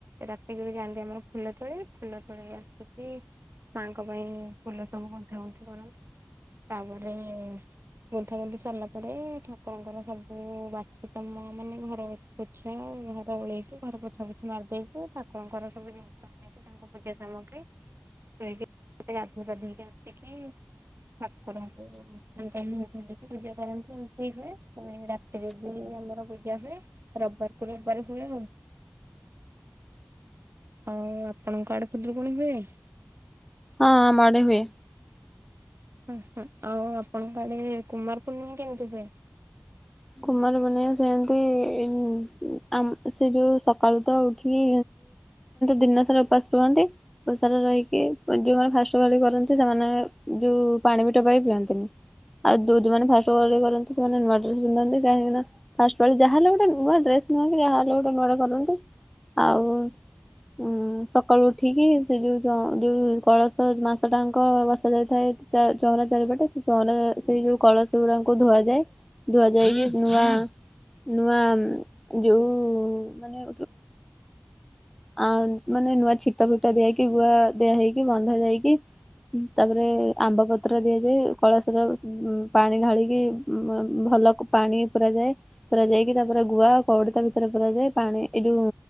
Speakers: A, on the right (about 85°); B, in the centre.
A: ରାତିକୁ ବି ଯାଆନ୍ତି ଆମର ଫୁଲ ତୋଳି ଫୁଲ ତୋଳିକି ଆସିକି। ମାଙ୍କ ପାଇଁ ଫୁଲ ସବୁ ଗୁନ୍ଥା ଗୁନ୍ଥି କରନ୍ତି। ତାପରେ ଗୁନ୍ଥା ଗୁନ୍ଥି ସରିଲା ପରେ ଠାକୁରଙ୍କର ସବୁ ବାସିକାମ ହଁ ମାନେ ଘର ପୋଛା ଘର ଓଳେଇକି ଘର ପୋଛା ପୋଛି ମାରିଦେଇକି। ଠାକୁରଙ୍କର ସବୁ ଜିନିଷ ନେଇକି ତାଙ୍କ ପୂଜା ସାମଗ୍ରୀ। ଏଇକି ଗାଧେଇ ପାଧେଇକି ଆସିକି ଠାକୁରଙ୍କୁ ଜିନିଷ ନିଏ ଏମିତି ପୂଜା କରନ୍ତି ଏମିତି ହୁଏ ପୁଣି ରାତିରେ ବି ଆମର ପୂଜା ହୁଏ ରବିବାର କୁ ରବିବା ଖାଇ <unintelligible> ହଉ ଆପଣଙ୍କ ଆଡ଼େ କୁଦୁରୁକୁଣୀ ହୁଏ।
B: ହଁ ଆମ ଆଡେ ହୁଏ।
A: ହୁଁ ହୁ ଆଉ ଆପଣଙ୍କ ଆଡେ କୁମାର ପୂର୍ଣ୍ଣିମା କେମିତି ହୁଏ।
B: କୁମାର ପୂର୍ଣ୍ଣିମା ସେମିତି ସେ ଯୋଉ ସକାଳୁ ତ ଉଠିକି ଦିନ ସାରା ଉପାସ ରୁହନ୍ତି ଦିନ ସାରା ରହିକି ଯୋଉମାନେ ଫାଷ୍ଟ୍ ପାଳି କରନ୍ତି ସେମାନେ ଯୋଉ ପାଣି ବି ଟବାାଇକ ପିଅନ୍ତିନି ଆଉ ଯୋଉ ଯଉମାନେ ଫାଷ୍ଟ୍ କରନ୍ତି ସେମାନେ ନୂଆ ଡ୍ରେସ୍ ପିଧନ୍ତି କାହିଁକି ଫାଷ୍ଟ ପାଳି ଯାହା ହେଲେ ବି ଗୋଟେ ନୂଆ ଡ୍ରେସ ନୁଆଁ ଯାଲେ ଗୋଟେ ନୂଆ କରନ୍ତି। ଆଉ ଉଁ ସକାଳୁ ଉଠିକି ସେ ଯୋଉ ଯୋଉ କଳସ ମାସ ଟାଙ୍କ ବସା ଯାଇଥାଏ। ଚହନା ଚାରିପଟେ ସେ ଚହନା ସେଇ ଯୋଉ କଳସ ଗୁଡାଙ୍କୁ ଧୁଆଯାଏ। ଧୁଆ ଯାଇ ନୂଆ ନୂଆ ଯୋଉ ମାନେ। ଆ ମାନେ ନୂଆ ଛିଟା ଫିଟ ଦିଆକି ଗୁଆ ଦିଆ ହେଇକି ବନ୍ଧା ଯାଇକି ତାପରେ ଆମ୍ବ ପତ୍ର ଦିଆଯାଏ କଳସର ଉଁ-ଉଁ-ପାଣି ଢ଼ାଳିକି ଉଁ ବ। ଭଲ କ- ପାଣି ପୁରା ଯାଏ ପୁରା ଯାଇକି ତାପରେ ଗୁଆ କଉଡ଼ି ଭିତରେ ପୁରା ଯାଏ ପାଣି ଏଇଯୋଉ